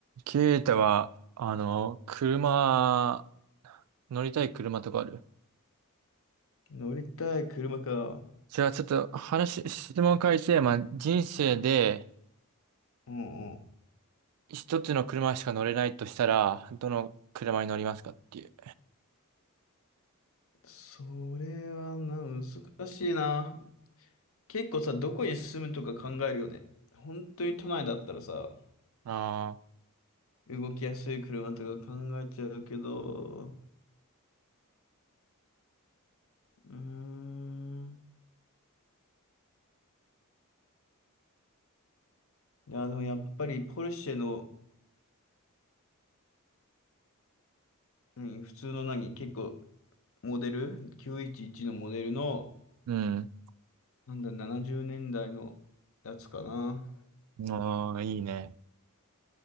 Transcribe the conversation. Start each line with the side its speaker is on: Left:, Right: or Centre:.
Right: ケイタは、あの、車、乗りたい車とかある
Left: 乗りたい車か。
Right: じゃあちょっと話、質問変えて、まあ、人生で
Left: うんうん。
Right: 一つの車しか乗れないとしたら、どの車に乗りますかっていう。
Left: それはな、難しいな。結構さ、どこに住むとか考えるよね。本当に都内だったらさ、
Right: ああ、
Left: 動きやすい車とか考えちゃうけど、うーん。いや、でもやっぱりポルシェの、何普通の何、結構モデル、911のモデルの、
Right: うん。
Left: なんだ、70年代のやつかな。
Right: ああ、いいね。